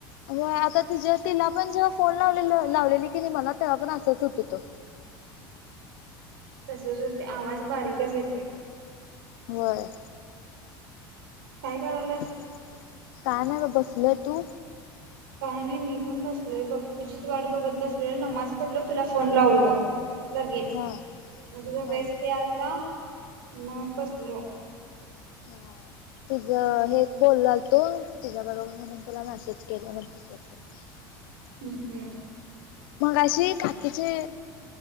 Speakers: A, on the left; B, on the right.
A: मग आता तिच्या तिला पण जेव्हा फोन लावले लावलेली की नाही मला त तेव्हा पण असंच होत होतं.
B: तसंच होत आवाज बारीकच येतोय.
A: होय.
B: काय करायलास
A: का नाही बा बसल तू?
B: काय नाही मी पण बसलोय बघ तुझीच वाट बघत बसलय नमाज पडलो तुला फोन लावलो लगेच
A: हा
B: मग तुझ
A: हा
B: व्यस्त आलता मग बसलो.
A: हा तिचं हे एक बोललाल तो तिच्याबरोबर मीनी तुला मॅसेज केलं म्हणतो करतो. <unintelligible>
B: हम्म-हम्म
A: मगाशी काकीचे